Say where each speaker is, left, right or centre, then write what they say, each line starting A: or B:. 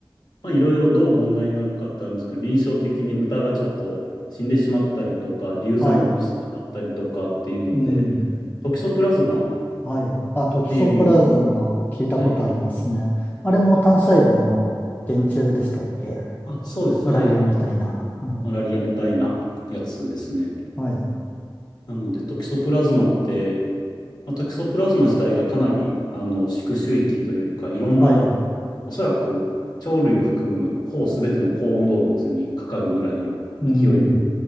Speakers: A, on the left; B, on the left.
A: まあ、いろいろどう問題になるかってあるんですけど、臨床的に豚がちょっと死んでしまったりとか、流産を起こしてしまったりとかっていうので、
B: はい。うん。
A: トキソプラズマっ
B: はい。あ、トキソプラズマ聞いたことありますね。
A: ていうものが、はい、
B: あれも単細胞の原虫でしたっけ
A: あ、そうです、
B: マラリアみたいな。
A: はい、あ
B: はい。
A: マラリアみたいなやつですね。
B: はい。
A: なので、トキソプラズマって、まあ、トキソプラズマ自体がかなりあの宿主域というか、いろんな、
B: はい。
A: おそらく鳥類を含むほぼ全ての高温動物にかかるぐらいの勢いで、
B: うん。